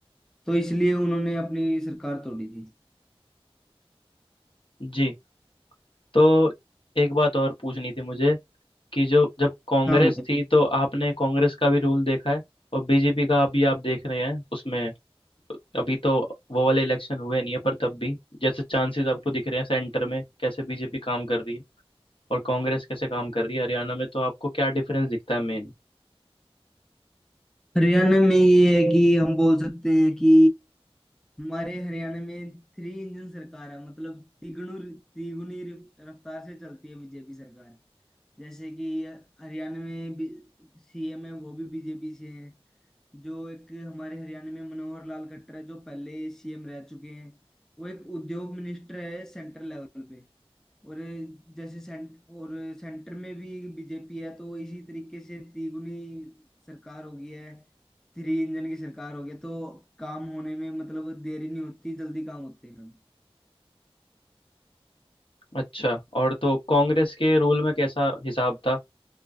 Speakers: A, in the centre; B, on the left.
A: तो इसलिए उन्होंने अपनी सरकार तोड़ी थी
B: जी तो एक बात और पूछनी थी मुझे कि जो जब कांग्रेस
A: हाँ
B: थी तो आपने कांग्रेस का भी रूल देखा है और बीजेपी का अभी आप देख रहे हैं उसमें अभी तो वो वाले इलेक्शन हुए नहीं है पर तब भी जैसे चांसेस आपको दिख रहे हैं सेंटर में कैसे बीजेपी काम कर रही है और कांग्रेस कैसे काम कर रही है हरियाणा में तो आपको क्या डिफरेंस दिखता है मेन
A: हरियाणा में ये है कि हम बोल सकते हैं कि हमारे हरियाणा में थ्री इंजन सरकार है मतलब तिगुनी तिगुनी रफ्तार से चलती है बीजेपी सरकार जैसे कि हरियाणा में सीएम है वो भी बीजेपी से हैं जो एक हमारे हरियाणा में मनोहर लाल खट्टर है जो पहले सीएम रह चुके हैं वो एक उद्योग मिनिस्टर है सेंट्रल लेवल पे और जैसे सेंट और सेंटर में भी बीजेपी है तो इसी तरीके से तिगुनी सरकार हो गई है थ्री इंजन की सरकार हो गई है, तो काम होने में मतलब देरी नहीं होती जल्दी काम होते हैं
B: अच्छा और तो कांग्रेस के रूल में कैसा हिसाब था